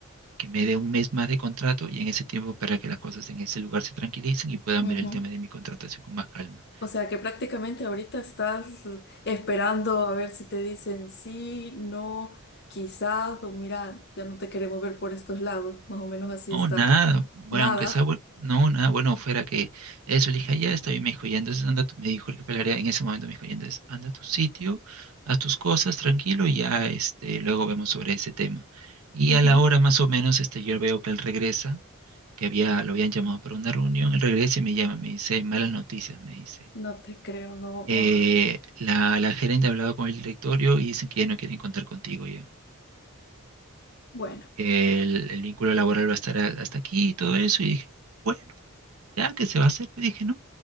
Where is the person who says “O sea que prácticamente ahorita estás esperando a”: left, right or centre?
Left